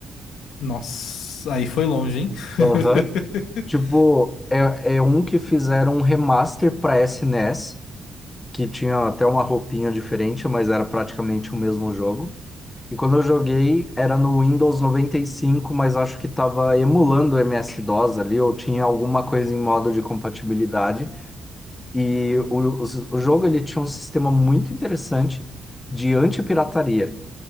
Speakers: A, on the left; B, on the left.
A: Nossa, aí foi longe, hein? <laughs>
B: Aham. Tipo, é, é um que fizeram um remaster para SNES. que tinha até uma roupinha diferente, mas era praticamente o mesmo jogo. E quando eu joguei, era no Windows 95, mas acho que estava emulando o MS-DOS ali, ou tinha alguma coisa em modo de compatibilidade. E o, o, o jogo ele tinha um sistema muito interessante de antipirataria.